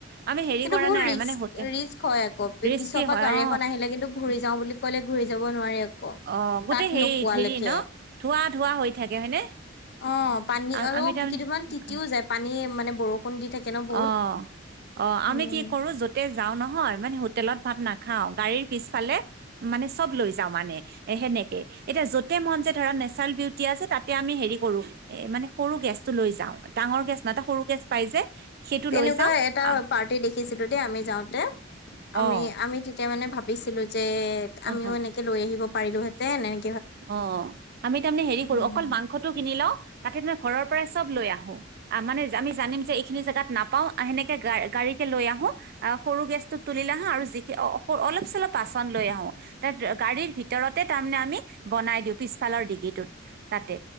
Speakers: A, on the right (about 55°); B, on the left (about 60°).
A: আমি হেৰি
B: কিন্তু
A: কৰা
B: বহুত
A: নাই
B: ৰিস
A: মানে হোটেল
B: ৰিস্ক হয় আকৌ
A: ৰিস্কি
B: পিছৰ পৰা
A: হয়
B: গাড়ী
A: অ
B: এখন আহিলে কিন্তু ঘূৰি যাও বুলি কলে ঘূৰি যাব নোৱাৰি আকৌ
A: অ, গোটেই
B: তাত
A: হেই
B: নোপোৱালৈকে
A: হেৰি ন ধোৱা ধোৱা হৈ থাকে হয়নে।
B: অ, পানী
A: আ-
B: আৰু
A: আমি তাৰমানে
B: কিদুমান তিতিও যায় পানী মানে বৰষুণ দি থাকে ন বহুত
A: অ - অ
B: উম
A: আমি কি কৰো যতে যাও নহয়। মানে হোটেলত ভাত নাখাও গাড়ীৰ পিছফালে মানে চব লৈ যাও মানে এ সেনেকে এতিয়া য'তে মন যে ধৰা নেচাৰেল বিউটি আছে তাতে আমি হেৰি কৰো এ মানে সৰু গেছ। লৈ যাও ডাঙৰ গেছ নহয় এটা সৰু গেছ পাই যে। সেইটো
B: তেনেকুৱা
A: লৈ যাওঁ
B: এটা
A: আহ
B: পাৰ্টি দেখিছিলো দেই আমি যাওতে আমি
A: অ',
B: আমি তেতিয়া মানে ভাব ভাবিছিলো যে আমিও
A: অ',
B: এনেকে লৈ আহিব পাৰিলোহেতেন এনে
A: অ, আমি তাৰমানে হেৰি
B: উম
A: কৰো অকল মাংসটো কিনি লও তাতে মই ঘৰৰ পৰাই চব লৈ আহো। মানে আমি জানম যে এইখিনি জোগাত নাপাও সেনেকে গাড়ীতে লৈ আহো আ সৰু গেছটোত তুলি। আহিলে‌ হা আৰু যি অ, অলপ চলপ বাচন লৈ আহো তাত গাড়ীৰ ভিতৰতে তাৰমানে আমি বনাই দিও পিছফালৰ ডিগিটোত তাতে